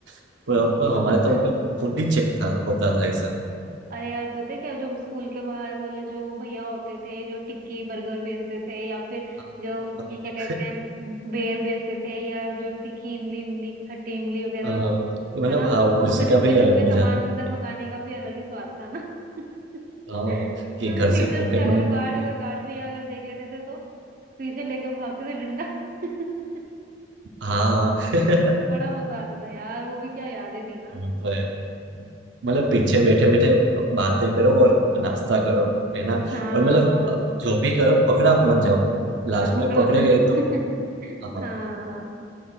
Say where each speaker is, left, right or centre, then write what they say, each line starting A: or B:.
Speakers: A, on the right (about 85°); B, on the right (about 50°).
A: पर, पर हमारा तो
B: <laughs>
A: मतलब फुल्ली चेक था होता था ऐसा
B: अरे यार पता है क्या जो स्कूल के बाहर बोले जो वो भैया होते थे जो टिक्की बर्गर बेचते थे या फिर
A: हाँ
B: जो
A: हाँ
B: अम,
A: हाँ।
B: ये क्या कहते हैं
A: <laughs>
B: बेर बेचते थे या जो तीखी इमली इमली की खट्टी इमली वगैरह
A: अ, अ, मतलब
B: है ना
A: हाँ उसका
B: उनसे चुपके
A: भी अलग
B: चुपके सामान
A: मजा था
B: अंदर मंगाने का भी अलग ही स्वाद था ना <laughs>
A: हाँ कि घर
B: टीचर
A: से पॉकेट
B: फिर अगर
A: मनी मांगो
B: गार्ड अगर गार्ड भैया अगर देख लेते थे तो पीछे लेके भागते थे डंडा <laughs>
A: हाँ <laughs>
B: हाँ, बड़ा मजा आता था यार वो भी क्या यादें थी ना
A: वो तो है मतलब पीछे बैठे बैठे बातें करो और नाश्ता करो है ना
B: हाँ
A: और मतलब जो भी करो पकड़ा मत जाओ लास्ट
B: बस
A: में
B: पकड़ो
A: पकड़े
B: ना
A: गए तो
B: <laughs>
A: हाँ
B: हाँ